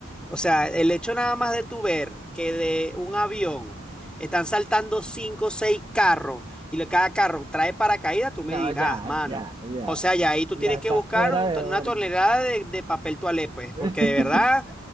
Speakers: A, in the centre; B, on the right.
A: O sea, el hecho nada más de tú ver que de un avión están saltando cinco o seis carros y le- cada carro trae paracaídas, tú
B: No,
A: me dirás,
B: ya,
A: mano.
B: ya, ya.
A: O sea, ya ahí tú
B: Ya
A: tienes
B: está
A: que buscar
B: fuera
A: un
B: de
A: to- una
B: orden.
A: tonelada de, de papel toalé, pues,
B: <laughs>
A: porque de verdad,